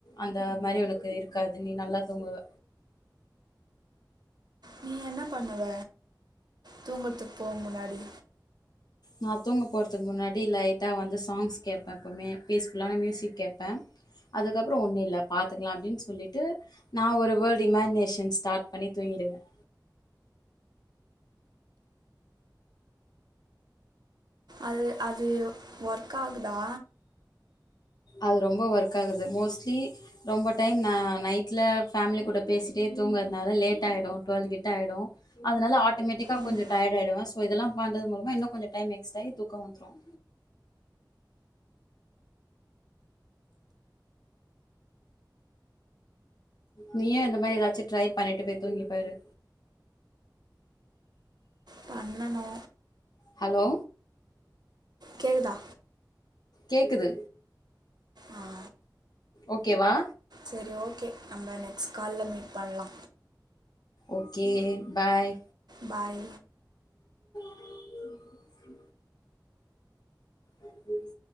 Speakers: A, on the left (about 65°); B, on the right (about 65°).
A: அந்த மாரி உனக்கு இருக்காது நீ நல்லா தூங்குவ
B: நீ என்ன பண்ணுவ தூங்குறத்துக்கு போக முன்னாடி
A: நான் தூங்க போறதுக்கு முன்னாடி லைட்டா வந்து சாங்ஸ் கேப்பேன் எப்பவுமே பீஸ்ஃபுல்லான மியூசிக் கேட்பேன் அதுக்கப்புறம் ஒன்றும் இல்ல பாத்துக்கலாம் அப்டின்னு சொல்லிவிட்டு நான் ஒரு வேல்ட் இமேஜினேஷன் ஸ்டார்ட் பண்ணி தூங்கிடுவேன்
B: அது அது ஒர்க் ஆகுதா
A: அது ரொம்ப ஒர்க் ஆகுது மோஸ்ட்லி ரொம்ப டைம் நான் நைட்ல ஃபேமிலி கூட பேசிட்டே தூங்கதுனால லேட் ஆய்டும் டுவெல் கிட்ட ஆய்டும் அதனால ஆட் ஆட்டமட்டிக்கா
B: ம்
A: கொஞ்ச டயர்ட் ஆகிடுவேன் ஸோ இதெல்லாம் பண்றது மூலமா இன்னும் கொஞ்சம் டைம் எக்ஸ்ட் ஆகி தூக்கம் வந்துறும் நீயன் இந்த மாரி ஏதாச்சு ட்ரை பண்ணிட்டு போய் தூங்கிப் பாரு
B: பண்ணனு
A: ஹலோ
B: கேக்குதா
A: கேக்குது
B: ஆ
A: ஓகேவா
B: செரி ஓகே நம்ம நெக்ஸ்ட் கால்ல மீட் பண்ணலா
A: ஓகே பாய்
B: பாய்
A: உம் உஹ உம்